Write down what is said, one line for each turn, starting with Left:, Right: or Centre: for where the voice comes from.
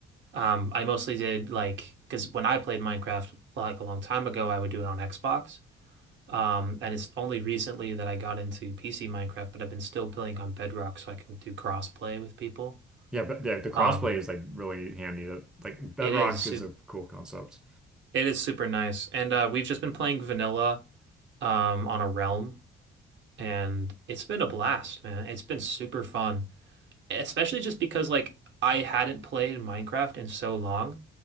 Right: Um, I mostly did like because when I played Minecraft like a long time ago, I would do it on Xbox. Um, and it's only recently that I got into PC Minecraft, but I've been still playing on Bedrock so I can do crossplay with people.
Centre: Yeah, but the, the crossplay
Right: Um,
Centre: is like really handy. The- Like Bedrock
Right: it is super,
Centre: is a cool concept.
Right: it is super nice. And uh, we've just been playing vanilla um, on a realm, and it's been a blast, man. It's been super fun. especially just because like I hadn't played Minecraft in so long